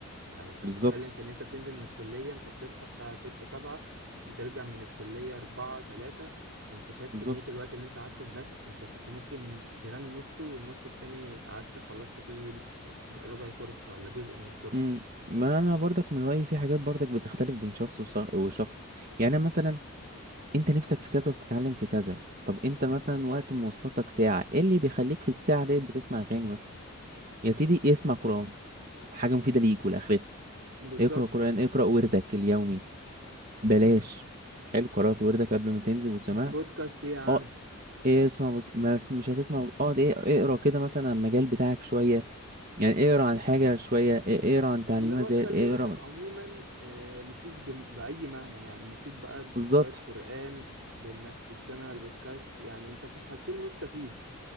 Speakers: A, on the right (about 60°); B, on the right (about 40°).
A: يعني انت
B: بالظبط
A: بتتكلم في ان انت بتنزل من الكلية انت بتصحى الساعة ستة سبعة بترجع من الكلية أربعة تلاتة انت شايف
B: بالظبط
A: كمية الوقت اللي انت قعدته هناك انت كنت ممكن تنام نصه والنص التاني قعدت خلصت فيه ربع كورس ولا جزء من كورس
B: امم ما انا برضك من رايي في حاجات برضك بتختلف بين شخص وص- وشخص يعني أنا مثلا انت نفسك في كذا وبتتعلم في كذا طب انت مثلا وقت مواصلاتك ساعة ايه اللي بيخليك في الساعة دي بتسمع اغاني بس يا سيدي اسمع قرآن حاجة مفيدة ليك ولآخرتك
A: بالظبط
B: اقرأ قرآن اقرأ وردك اليومي بلاش حلو قرأت وردك قبل ما تنزل وسمعت
A: بودكاست ايه يا عم
B: اه ايه اسمع بودك... بس مش هتسمع بود- اقعد ايه اقرا كده مثلا عن المجال بتاعك شوية يعني اقرا عن حاجة شوية ايه اقرا عن تعليمات
A: اللي هو
B: زي
A: تخلي
B: اقرا
A: وقتك
B: مثلا
A: عموما آه، مفيد بم- بأي معنى يعني مفيد بقى بقراءة
B: بالظبط
A: قرآن بإنك تستمع البودكاست يعني انت في الحالتين مستفيد